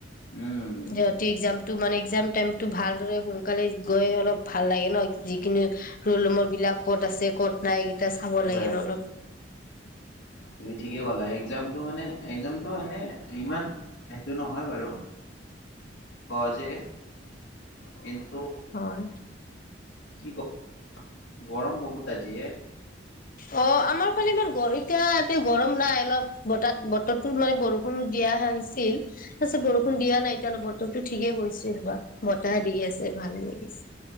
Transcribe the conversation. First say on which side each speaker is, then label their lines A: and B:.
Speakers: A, on the left (about 85°); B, on the left (about 50°).
A: উম
B: যতি একজাম, টো মানে একজাম টাইম টো ভালদৰে সোনকালে, গৈ অলপ ভাল লাগে ন', যিকিনি ৰোল নম্বৰ বিলাক ক'ত আছে ক'ত নাই, চাব লাগে
A: হয়-
B: ন
A: হয়,
B: অলপ
A: তুমি ঠিকে কলা একজামটো মানে একজামটো এনে ইমান, সেইটো নহয় বাৰু সহজে কিন্তু,
B: হয়।
A: কি ক গৰম বহুত আজিয়ে,
B: অ, আমাৰ ফালে এইবাৰ এতিয়া ইতে গৰম নাই, অলপ বতাহ, বতৰটো মানে বৰষুণ দিয়া হৈছিল তাৰপিছত বৰষুণ দিয়া নাই এতিয়া অলপ বতৰটো ঠিকে কৰিছিল ৰবা বতাহে দি আছে ভালে লাগিছে।